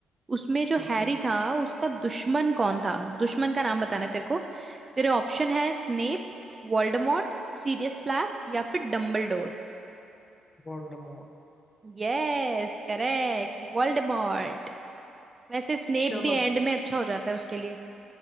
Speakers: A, on the right (about 25°); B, on the left (about 25°).
A: उसमें जो
B: <laughs>
A: हैरी था उसका दुश्मन कौन था दुश्मन का नाम बताना है तेरे को तेरे ऑप्शन है स्नेप वोल्डेमॉर्ट सीरियस ब्लैक या फिर डम्बलडोर
B: वोल्डेमॉर्ट
A: Yes correct Voldemort वैसे स्नेप
B: चलो
A: भी एंड में अच्छा हो जाता है उसके लिए